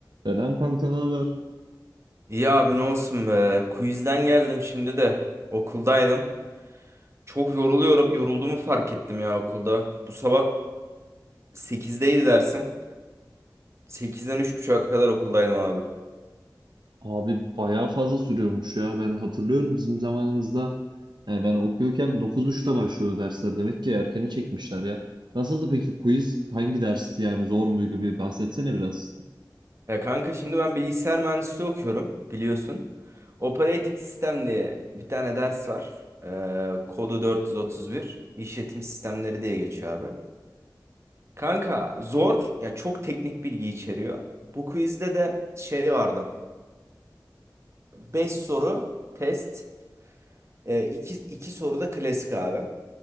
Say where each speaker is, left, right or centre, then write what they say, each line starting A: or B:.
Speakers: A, on the right (about 75°); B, on the right (about 35°).
A: Selam kanka ne haber?
B: İyi abi ne olsun be. Quizden geldim şimdi de. Okuldaydım. Çok yoruluyorum. Yorulduğumu fark ettim ya okulda. Bu sabah sekizdeydi dersim. sekizden üç 3.30'a kadar okuldaydım abi.
A: Abi bayağı fazla sürüyormuş ya. Ben hatırlıyorum bizim zamanımızda yani ben okuyorken dokuz buçukta başlıyordu dersler. Demek ki erkeni çekmişler ya. Nasıldı peki quiz? Hangi dersti yani zor muydu bir bahsetsene biraz.
B: Ya kanka şimdi ben bilgisayar mühendisliği okuyorum biliyorsun. Operating System diye bir tane ders var. Ee, kodu 431. İşletim sistemleri diye geçiyor abi. Kanka zor ya çok teknik bilgi içeriyor. Bu quizde de şey vardı. 5 soru test. E, 2 2 soru da klasik abi.